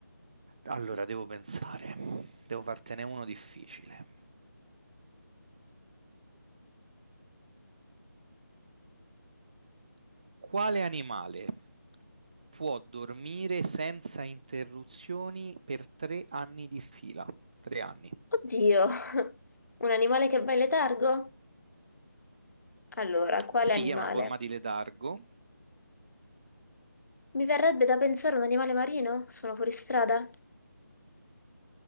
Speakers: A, on the right; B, on the left.
A: Allora, devo pensare, devo fartene uno difficile. Quale animale può dormire senza interruzioni per tre anni di fila? Tre anni.
B: Oddio, <laughs> un animale che va in letargo? Allora, quale
A: Sì,
B: animale?
A: è una forma di letargo.
B: Mi verrebbe da pensare un animale marino? Sono fuori strada?